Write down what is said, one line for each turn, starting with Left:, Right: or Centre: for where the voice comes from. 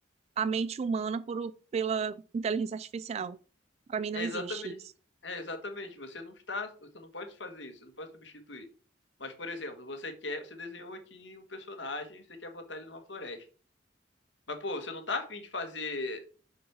Right: a mente humana por, pela inteligência artificial. Para mim não
Left: é
Right: existe
Left: exatamente,
Right: isso.
Left: é exatamente. Você não está, você não pode fazer isso, você não pode substituir. Mas, por exemplo, você quer, você desenhou aqui um personagem, você quer botar ele numa floresta. Mas, pô, você não tá afim de fazer